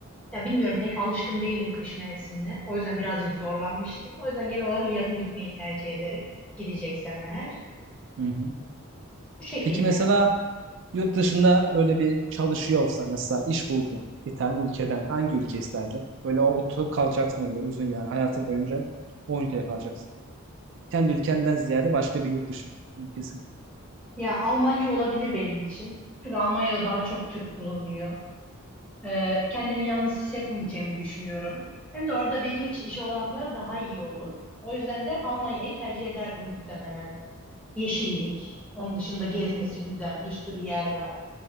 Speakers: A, in the centre; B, on the right.
A: Ya bilmiyorum pek alışkın değilim kış mevsimine. O yüzden birazcık zorlanmıştım. O yüzden genel olarak yazın gitmeyi tercih ederim. Gideceksem eğer.
B: Hı hı.
A: Bu şekilde.
B: Peki mesela Yurt dışında böyle bir çalışıyor olsa mesela iş buldun bir tane ülkeden hangi ülke isterdin? Böyle o- oturup kalacaksın öyle uzun yani hayatın boyunca o ülkede kalacaksın. Kendi ülkenden ziyade başka bir yurt dışı ülkesi.
A: Ya Almanya olabilir benim için. Çünkü Almanya'da daha çok Türk bulunuyor. Ee, kendimi yalnız hissetmeyeceğimi düşünüyorum. Hem de orada benim için iş olanakları daha iyi olur. O yüzden de Almanya'yı tercih ederdim muhtemelen. Yeşillik. Onun dışında gezmesi güzel. Bir sürü yer var.